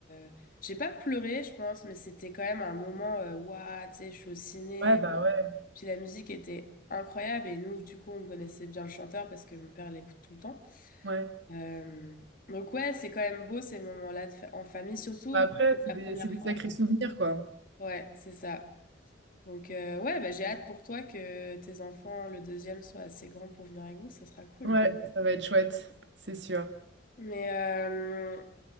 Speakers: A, on the left; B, on the right.
A: euh, j'ai pas pleuré, je pense, mais c'était quand même un moment, euh, waouh, tu sais, je suis au ciné.
B: Ouais, bah ouais.
A: Puis la musique était incroyable et nous, du coup, on connaissait bien le chanteur parce que mon père l'écoute tout le temps.
B: Ouais.
A: Euh, donc, ouais, c'est quand même beau ces moments-là de fa- en famille, surtout
B: Bah après,
A: que c'est
B: c'est
A: la
B: des,
A: première
B: c'est des
A: fois.
B: sacrés souvenirs, quoi.
A: Ouais, c'est ça. Donc, euh, ouais, bah, j'ai hâte pour toi que tes enfants, le deuxième, soient assez grands pour venir avec vous, ça sera cool.
B: Ouais, ça va être chouette, c'est sûr.
A: Mais euh,